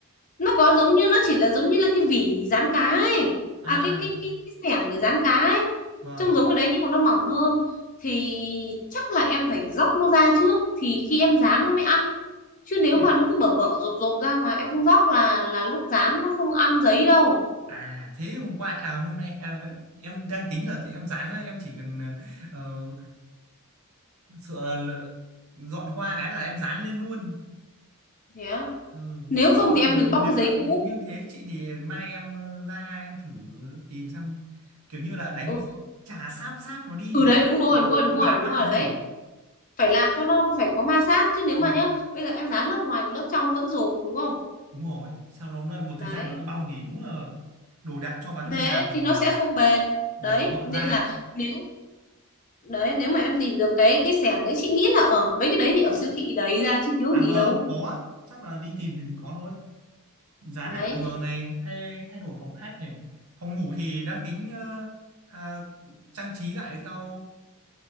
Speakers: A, on the left; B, on the right.
A: nó có giống như nó chỉ là giống như là cái vỉ rán cá ấy
B: à
A: à cái cái cái cái xẻng để rán cá ấy
B: vâng
A: trông giống cái đấy nhưng mà nó mỏng hơn thì chắc là em phải róc nó ra trước thì khi em rán nó mới ăn chứ nếu
B: Thế
A: mà
B: để-
A: nó cứ bở bở rộp rộp ra mà em không róc là là lúc rán nó không ăn giấy đâu
B: à thế hôm qua à hôm nay à, em đang tính là em dán em chỉ cần ờ, sợ là dọn qua cái là em dán lên luôn
A: thế á.
B: ừ.
A: nếu không
B: mà
A: thì em
B: nếu
A: đừng bóc
B: nếu
A: cái giấy
B: mà
A: cũ
B: như thế chị thì mai em ờ, ra em thử tìm xem kiểu như là đánh
A: ừ
B: chà sáp sáp nó đi
A: ừ
B: để
A: đấy đúng rồi
B: ờ,
A: đúng rồi
B: cho
A: đúng
B: nó
A: rồi
B: bám
A: đúng
B: vào
A: rồi
B: gì
A: đấy phải làm cho nó phải có ma sát chứ nếu
B: ừ.
A: mà nhá bây giờ em dán lớp ngoài thì lớp trong nó vẫn rộp đúng không
B: đúng rồi sau nó một thời
A: đấy
B: gian nó lại bong thì đúng là đồ đạc cho vào trong
A: thế
B: nhà mà
A: thì nó sẽ không bền
B: mà
A: đấy
B: dọn
A: nên
B: ra
A: là
B: lại
A: nếu đấy nếu mà em tìm được cái cái sẻng đấy chị nghĩ là ở mấy cái đấy thì ở siêu thị đấy ra chứ thiếu
B: à
A: gì
B: vâng
A: đâu
B: có chắc là đi tìm thì có thôi dán
A: đấy
B: lại tường này thay thay đổi phòng khách này phòng ngủ thì đang tính ờ, à, trang trí lại theo